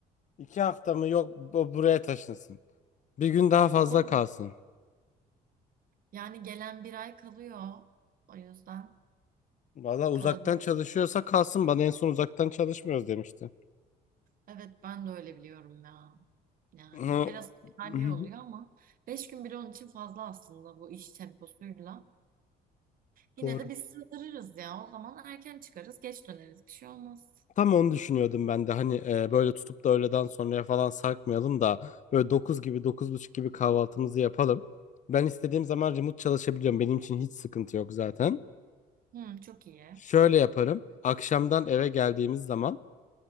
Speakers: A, on the left; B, on the right.
A: 2 hafta mı yok bu- buraya taşınsın. Bir gün daha fazla
B: Olur.
A: kalsın.
B: Yani gelen bir ay kalıyor. O yüzden
A: Valla uzaktan
B: kalabilir.
A: çalışıyorsa kalsın. Bana en son uzaktan çalışmıyoruz demişti.
B: Evet ben de öyle biliyorum ya. Yani
A: Hı.
B: biraz halli
A: Hı hı.
B: oluyor ama beş gün bile onun için fazla aslında bu iş temposuyla. Yine
A: Doğru.
B: de biz sığdırırız ya. O zaman erken çıkarız, geç döneriz. Bir şey olmaz.
A: Tam onu düşünüyordum ben de hani e, böyle tutup da öğleden sonraya falan sarkmayalım da böyle 9 gibi dokuz buçuk gibi kahvaltımızı yapalım. Ben istediğim zaman remote çalışabiliyorum. Benim için hiç sıkıntı yok zaten.
B: Hmm, çok iyi.
A: Şöyle yaparım. Akşamdan eve geldiğimiz zaman